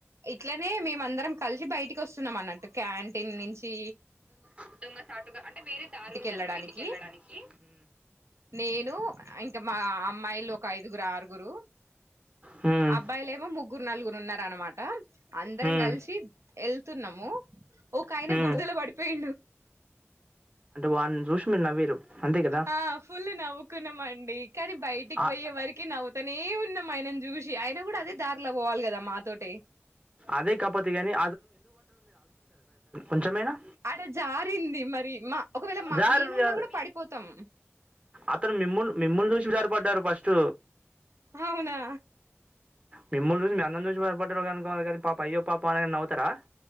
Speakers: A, on the right (about 80°); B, on the right (about 25°).
A: ఇ ట్లనే మేం అందరం కలిసి బయటికి వస్తున్నాం అన్నట్ క్యాంటీన్ నించి
B: అభద్ంగా చాటుగా అంటే వేరే దారు ఉంటది
A: వెళ్ళడానికి
B: బయటికి వెళ్ళడానికి
A: నేను ఇంకా మా అమ్మాయిలు ఒక ఐదుగురు ఆరుగురు
B: హ్మ్.
A: అబ్బాయిలు ఏమో ముగ్గురు నలుగురు ఉన్నార అనమాట అందరం
B: హ్మ్.
A: కలిసి వెళ్తున్నాము ఒక ఆయన
B: హ్మ్.
A: బురదలో పడిపోయి
B: వాళని చూసిమన్న మీరు అంతే కదా!
A: ఆ ఫుల్ నవ్వుకున్నామ అండి కానీ బయటికి
B: ఆ!
A: పోయే వరకి నవ్వుతనే ఉన్నాం ఆయనను చూసి ఆయన కూడా అదే దారిలో పోవాలి కదా మాతోట
B: అదే కాపోతే గాని కొంచెమేనా
A: అలా జారింది మరి మా ఒకవేళ మా
B: జారుడు
A: మేమున్నా
B: కాదు
A: కూడా పడిపోతాం
B: అతను మిమ్ముల్లు మిమ్ముల్ని చూసి వి జారిపడ్డారు ఫస్ట్
A: అవునా!
B: మిమ్మని చూసి మీ అందరి నుంచి బయపడ్డారు కనుకోవాల కానీ పాప అయ్య పాపునై అవుతా